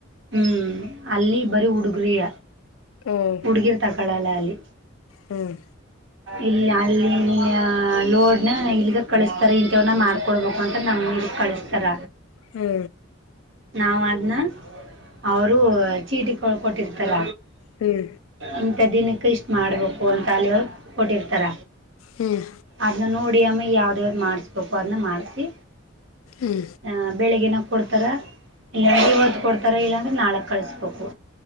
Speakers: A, on the right; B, on the left.
A: ಹೂ ಅಲ್ಲಿ ಬರಿೀ ಹುಡುಗ್ರಯ
B: ಹ್ಮ್
A: ಹುಡ್ಲೀರ್ ತಕಳಾಲ ಅಲ್ಲಿ
B: ಹ್ಮ್
A: ಇಲ್ಲಿ ಅಲ್ಲಿ ಲೋಡ್ನ ಇಲ್ಗ ಕಳಿಸತಾರೆ ಇಂಥವ್ನ್ನ ಮಾಡ್ಕೊಡ್ಬೇಕು ಅಂತ ನಮ ಕಳಿಸ್ತಾರ
B: ಹೂ
A: ನಾವು ಅದ್ನ ಅವ್ರು ಚೀಟಿ ಕೊಳ್ಕೊಟ್ಟಿರ್ತಾರ
B: ಹ್ಮ್
A: ಇಂಥ ದಿನಕ್ಕೆ ಇಷ್ಟು ಮಾಡ್ಬೇಕು ಅಂತ ಅಲ್ಲಿ ಅವ್ರು ಕೊಟ್ಟಿರ್ತಾರ
B: ಹ್ಮ್
A: ಅದ್ನ ನೋಡಿ ಅಮ್ಮ ಯಾವ್ದ ಯಾವ್ದ ಮಾಡಸ್ಬೇಕು ಅದನ್ನ ಮಾಡ್ಸಿ
B: ಹ್ಮ್
A: ಹ ಬೆಳಿಗ್ನ ಕೊಡ್ತಾರ ಇಲ್ಲ ನ ಇವತ್ತು ಕೊಡ್ತಾರ ಇಲ್ಲಾ ಅಂದ್ರೆ ನಾಳೆ ಕಳಸ್ಬೇಕು